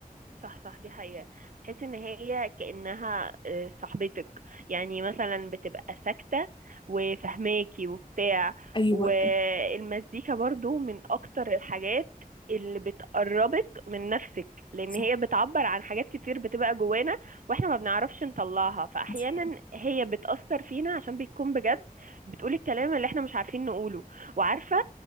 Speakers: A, on the right (about 60°); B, on the left (about 35°).
A: صح صح دي حقيقة تحس ان هي كأنها آه، صاحبتك يعني مثلا بتبقى ساكتة وفهماكي وبتاع
B: أيوة
A: والمزيكا
B: أي-
A: برضو من اكتر الحاجات اللي بتقربك من نفسك لان
B: صح
A: هي بتعبر عن حاجات كتير بتبقى جوانا واحنا ما بنعرفش نطلعها فاحيانا
B: انتي
A: هي بتأثر فينا عشان بتكون بجد بتقول الكلام اللي احنا مش عارفين نقوله وعارفة